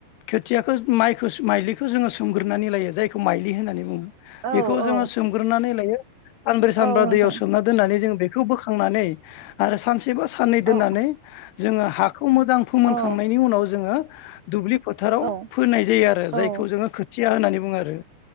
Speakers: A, on the left (about 80°); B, on the right (about 80°).
A: खोथियाखौ माइखौ माइलिखौ जोङो सोमग्रोनानै लायो जायखौ माइलि होननानै बुङो।
B: औ
A: बेखौ
B: औ
A: जोङो सोमग्रोनानै लायो सानब्रै सानबा
B: औ नोंथां
A: दैयाव नानै जों बेखौ बोखांनानै आरो सान सेबा साननै दोननानै
B: औ
A: जोङो हा खौ मोजां फोमोनखांनायनि
B: औ
A: उनाव जोङो <inaudible> दुब्लि फोथाराव
B: औ
A: फोनाय जायो आरो
B: औ
A: जायखौ जोङो खोथि या होननानै बुङो आरो।